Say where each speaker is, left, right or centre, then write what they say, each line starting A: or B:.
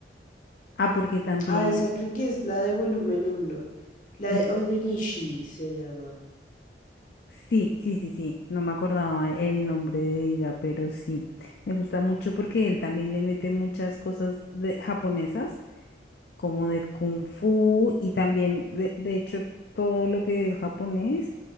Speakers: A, on the left (about 65°); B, on the left (about 45°).
A: Ah, porque también
B: Ah, esa creo que es la de volumen Uno. la
A: sí,
B: de Aurenishi se llama.
A: sí, sí, sí, sí, no me acordaba el nombre de ella, pero sí. Me gusta mucho porque él también le mete muchas cosas de japonesas como de kung fu y también, de, de hecho, todo lo que es japonés.